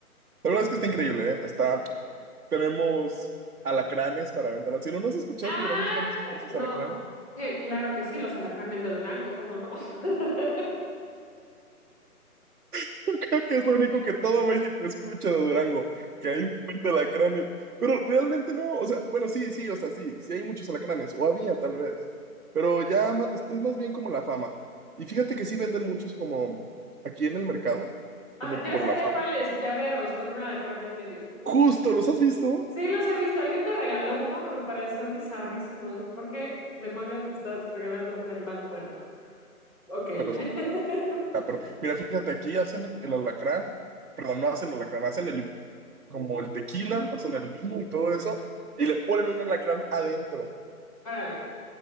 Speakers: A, on the right; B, on the left.
A: La verdad es que está increíble, ¿eh? Está, tenemos alacranes para aventar al cielo. ¿No has escuchado
B: Ah,
A: que Durango es famoso por sus
B: no,
A: alacranes?
B: que claro que sí, los alacranes de Durango, ¿cómo no? <laughs>
A: <laughs> Creo que es lo único que todo México escucha de Durango, que hay un buen de alacranes. Pero realmente no, o sea, bueno, sí, sí, o sea, sí, sí hay muchos alacranes, o había tal vez, pero ya ma- es es más bien como la fama. Y fíjate que sí venden muchos como aquí en el mercado, como
B: Ah, ya
A: por
B: sé
A: la
B: de
A: fama.
B: cuáles, llaveros con un alacrán en medio.
A: Justo, ¿los has visto?
B: Sí, los he visto. Alguien me regaló uno que me pareció bizarrísimo. Dije, ¿por qué demonios me estás regalando un animal muerto? Ok. <laughs>
A: Pero, este- ah, pero mira, fíjate, aquí hacen el alacrán, perdón, no hacen el alacrán, hacen el, como el tequila, hacen el vino y todo eso, y le ponen un alacrán adentro.
B: Órale.